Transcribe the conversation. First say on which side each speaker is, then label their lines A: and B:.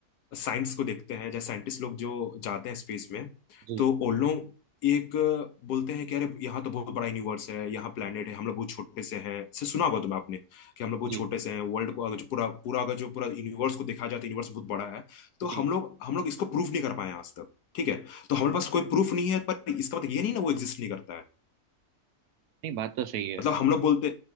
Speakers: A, on the left; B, on the right.
A: साइंस को देखते हैं जैसे साइंटिस्ट लोग जो जाते हैं स्पेस में
B: जी
A: तो उन लोग एक बोलते हैं कि अरे यहाँ तो बहुत बड़ा यूनिवर्स है यहाँ प्लेनेट है हम लोग बहुत छोटे से हैं इसे सुना होगा तुम्हें आपने कि हम लोग बहुत
B: जी
A: छोटे से हैं वर्ल्ड को अगर जो पूरा पूरा अगर जो पूरा यूनिवर्स को देखा जाए तो यूनिवर्स बहुत बड़ा है तो
B: जी
A: हम लोग हम लोग इसको प्रूफ नहीं कर पाए हैं आज तक ठीक है तो हमारे पास कोई प्रूफ नहीं है पर इसका मतलब ये नहीं ना वो एग्जिस्ट नहीं करता है
B: नहीं बात तो सही है
A: मतलब हम लोग बोलते